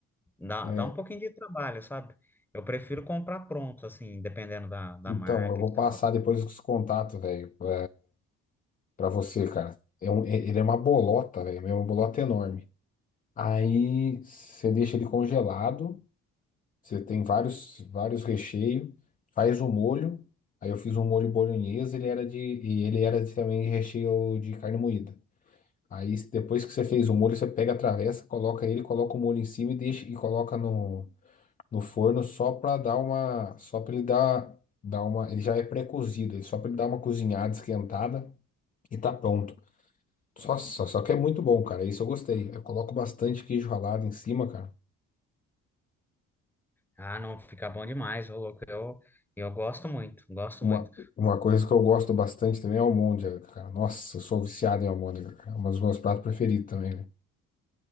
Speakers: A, in the centre; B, on the left.
A: Dá,
B: É.
A: dá um pouquinho de trabalho, sabe? Eu prefiro comprar pronto, assim, dependendo da, da
B: Então,
A: marca
B: eu vou
A: e tal.
B: passar depois os contatos, velho, pra pra você, cara. É um, é- ele é uma bolota, velho, é uma bolota enorme. Aí você deixa ele congelado. Você tem vários, vários recheios. Faz o molho. Aí eu fiz um molho bolonhesa, ele era de, e ele era de, também de recheio de carne moída. Aí depois que você fez o molho, você pega a travessa, coloca ele, coloca o molho em cima e deixa e coloca no, no forno só para dar uma, só para ele dar, dar uma, ele já é pré-cozido, ele- só para ele dar uma cozinhada, esquentada e tá pronto. Só, só, só que é muito bom, cara. Isso eu gostei. Eu coloco bastante queijo ralado em cima, cara.
A: Ah, não, fica bom demais, ô louco. Eu, eu gosto muito, gosto
B: Uma,
A: muito.
B: uma coisa que eu gosto bastante também é almôndega, cara. Nossa, eu sou viciado em almôndega, cara. É um dos meus pratos preferidos também, velho.